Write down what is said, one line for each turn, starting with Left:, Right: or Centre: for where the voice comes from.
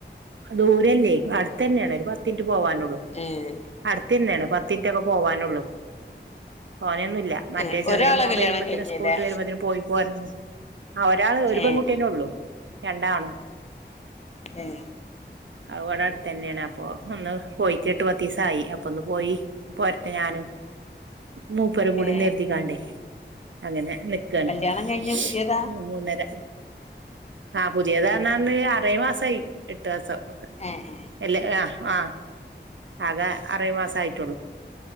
Right: ദൂരല്ലേ അടുത്തന്നെയാണ് ഒരു പത്തിന്റ് പോവാനൊള്ളൂ.
Left: ഏഹ്
Right: അടുത്തന്നെയാണ് പത്തിന്റൊക്കെ പോവാനൊള്ളൂ. തോനെന്നുംല്ല മറ്റേ
Left: ഏ
Right: ചെറിയ
Left: ഒരാളെ
Right: മോൻ
Left: കല്യാണം
Right: വരുമ്പത്തിന്
Left: കഴിഞ്ഞല്ലേ
Right: സ്കൂള്ട്ട് വരുമ്പത്തിന് പോയി പോരണം വിചാ ഒരാള് ഒരു
Left: ഏ
Right: പെൺകുട്ടിയന്നെ ഒള്ളു രണ്ടാണും
Left: ഏ
Right: അത് ഇവടെ അടുത്തന്നെയാണ്. അപ്പൊ ഒന്ന് പോയിട്ട് എട്ട് പത്തീസായി അപ്പൊന്ന് പോയി പോരത്തെ ഞാനും, മൂപ്പരും കൂടി
Left: ഏ
Right: നെര്തിക്കാണ്ടേ അങ്ങനെ നി ക്കാണ്.
Left: കല്യാണം കഴിഞ്ഞ്
Right: <inaudible>
Left: പുതിയതാ
Right: മൂന്നര ആഹ് പുതിയതന്നാറഞ്ഞാന്ന് ആറേഴ്‌ മാസായി എട്ടാസം ഒക്കെ
Left: ഏഹ്.
Right: എല്ലേ ആ ഹ്ആഹ് ആകെ അറേഴ് മാസം ആയിട്ടുള്ളൂ